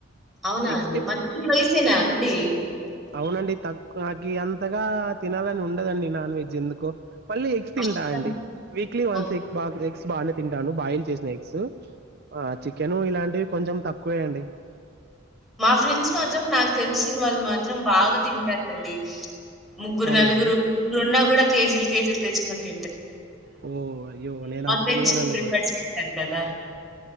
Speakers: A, in the centre; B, on the right.
A: అవునా
B: ఎక్స్పీ
A: అండి? మంచి చాయిసేనా అండి?
B: అవునండి త నాకి అంతగా తినాలని ఉండదండి నాన్ వెజ్ ఎందుకో మళ్ళీ ఎగ్స్
A: అవునా?
B: తింటా అండి వీక్లీ వన్స్
A: ఓకే.
B: ఎగ్ బా ఎగ్స్ బాగా తింటాను బాయిల్ చేసిన ఎగ్స్ సో ఆ చికెను ఇలాంటివి కొంచెం తక్కువే అండి
A: మా ఫ్రెండ్స్ మాత్రం నాకు తెలిసిన వాళ్ళు మాత్రం బాగా తింటారండి ముగ్గురు
B: అవునా
A: నలుగురు
B: అండి
A: ముగ్గురు ఉన్నా కూడా కేజీలు కేజీలు తెచ్చుకొని తింటారు
B: ఓ అయ్యో నేను అంత
A: వెజ్
B: తినలేదండి
A: ప్రిఫర్ చేస్తారు కదా!